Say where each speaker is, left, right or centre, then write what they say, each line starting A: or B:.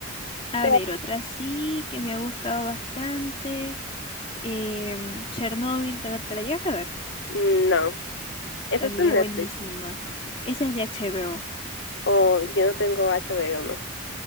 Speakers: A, on the left; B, on the left.
A: a
B: Pero
A: ver, otra sí que me ha gustado bastante. Em, Chernobyl, ¿te la, te la llegaste a ver?
B: no, eso
A: También
B: es en
A: es
B: Netflix.
A: buenísima. Esa es de HBO.
B: O yo no tengo HBO no